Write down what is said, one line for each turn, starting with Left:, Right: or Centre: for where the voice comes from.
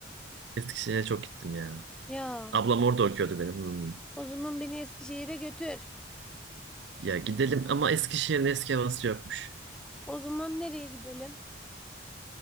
Right: Eskişehir'e çok gittim ya.
Centre: Ya
Right: Ablam orada okuyordu benim. Hmm.
Centre: o zaman beni Eskişehir'e götür.
Right: Ya gidelim ama Eskişehir'in eski havası yokmuş.
Centre: O zaman nereye gidelim?